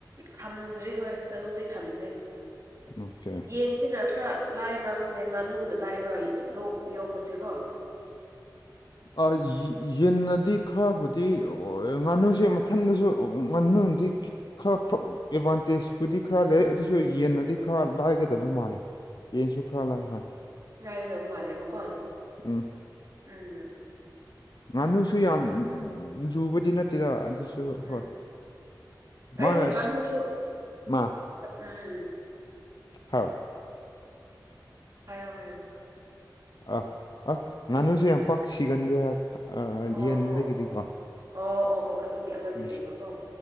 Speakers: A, on the right (about 45°); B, on the left (about 70°).
A: ꯊꯝꯗ꯭ꯔꯤ ꯍꯣꯏ ꯉꯥꯅꯨꯗꯤ ꯊꯝꯗ꯭ꯔꯤ
B: ꯑꯣꯀꯦ
A: ꯌꯦꯟꯁꯤꯅ ꯈꯔ ꯂꯥꯏꯕ꯭ꯔꯥ ꯈꯪꯗꯦ ꯉꯥꯅꯨꯅ ꯂꯥꯏꯕ꯭ꯔꯥ ꯂꯣꯛ ꯌꯣꯛꯄꯁꯤ ꯀꯣ
B: <unintelligible> ꯌꯦꯟꯅꯟꯅꯗꯤ ꯈꯔꯕꯨꯗꯤ ꯑꯣꯏ ꯉꯥꯅꯨꯁꯦ ꯃꯊꯟꯗꯁꯨ ꯉꯥꯅꯨꯗꯤ ꯈꯔ ꯑꯦꯗꯚꯥꯟꯇꯦꯖꯄꯨꯗꯤ ꯈꯔ ꯂꯩ ꯑꯗꯨꯁꯨ ꯌꯦꯟꯅꯗꯤ ꯈꯔ ꯂꯥꯏꯒꯗꯕ ꯃꯥꯜꯂꯦ ꯌꯦꯟꯁꯨ ꯈ꯭ꯔꯥ ꯂꯥꯏ ꯍꯣꯏ
A: ꯅꯥꯏ ꯑꯗꯨꯗꯧ ꯃꯥꯜꯦꯕꯣ ꯀꯣꯣꯟ
B: ꯎꯝ
A: ꯎꯝ ꯎꯝ
B: ꯉꯥꯅꯨꯁꯨ ꯌꯥꯝ ꯂꯨꯕꯗꯤ ꯅꯠꯇꯦꯗ ꯑꯗꯨꯁꯨ ꯁ
A: ꯎꯝ
B: ꯍꯣꯏ
A: ꯑꯩꯗꯤ
B: ꯃꯥꯅ
A: ꯉꯥꯅꯨꯁꯨ
B: ꯃꯥ
A: ꯎꯝ
B: ꯍꯥꯎ
A: ꯍꯥꯏ ꯍꯥꯏꯌ
B: ꯑꯥ ꯑ ꯉꯥꯅꯨꯁꯨ ꯌꯥꯝ ꯄꯥꯛ ꯁꯤꯒꯟꯗꯦ ꯍꯥꯏ
A: ꯑꯣ ꯑꯣ
B: ꯌꯦꯟꯗꯒꯤꯗꯤꯀꯣ
A: ꯑꯣ ꯑꯣ ꯑꯣ ꯑꯗꯨꯒꯤ ꯑꯃꯗꯤ
B: ꯎꯝ
A: ꯂꯩꯕꯀꯣ